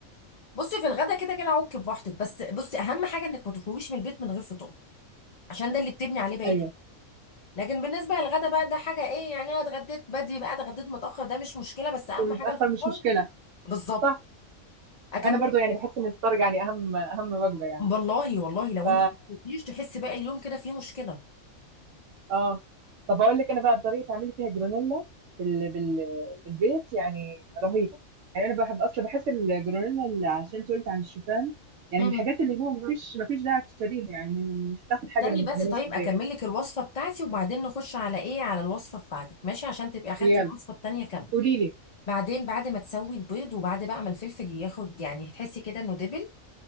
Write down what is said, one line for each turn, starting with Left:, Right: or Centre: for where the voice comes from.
Left: بصي في الغدا كده كده عك براحتك بس بصي اهم حاجه انك ما تخرجيش من البيت من غير فطار عشان ده اللي بتبني عليه بقيتك
Right: ايوه
Left: لكن بالنسبه للغدا بقى ده حاجه ايه يعني انا اتغديت بدري بقى اتغديت متاخر ده مش مشكله بس اهم
Right: ونتاخر
Left: حاجه الفطار
Right: مش مشكله
Left: بالظبط
Right: صح
Left: اكمل
Right: انا برضو يعني بحس ان الفطار يعني اهم اهم وجبه يعني
Left: والله والله لو
Right: ف
Left: انت ما فطرتيش تحسي باقي اليوم كده فيه مشكله
Right: اه طب اقول لك انا بقى الطريقه تعملي فيها جرونيلا بال... بال... بالبيت يعني رهيبه يعني انا بحب اصلا بحس الجرونيلا اللي عشان انت قلت عن الشوفان يعني
Left: امم
Right: من الحاجات اللي هو مفيش مفيش داعي تشتريها يعني مش هتاخد
Left: استني
Right: حاجه لما
Left: بس
Right: تعمليها
Left: طيب
Right: في البيت
Left: اكمل لك الوصفه بتاعتي وبعدين نخش على ايه على الوصفه بتاعتك ماشي عشان تبقي اخدتي
Right: يلا
Left: الوصفه التانيه كامله
Right: قولي لي
Left: بعدين بعد ما تسوي البيض وبعد بقى ما الفلفل ياخد يعني تحسي كده انه دبل